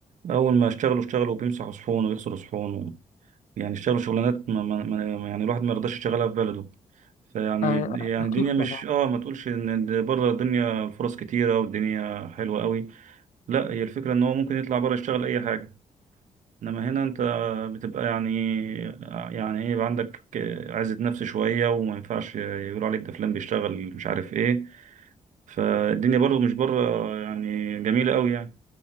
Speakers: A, on the right (about 75°); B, on the left (about 70°).
A: اول ما اشتغلوا اشتغلوا بيمسحوا صحون ويغسلوا صحون و... يعني اشتغلوا شغلانات ما ما ما يعني الواحد ما يرضاش يشتغلها في بلده فيعني
B: آه
A: يعني
B: أكيد
A: الدنيا مش
B: طبعا
A: اه ما تقولش ان بره الدنيا فرص كتيره والدنيا حلوه قوي لا هي الفكرة ان هو ممكن يطلع بره يشتغل اي حاجة انما هنا انت بتبقى يعني يعني ايه يبقى عندك عزة نفس شوية وما ينفعش يقول عليك ده فلان بيشتغل مش عارف ايه فالدنيا برضه مش بره يعني جميلة قوي يعني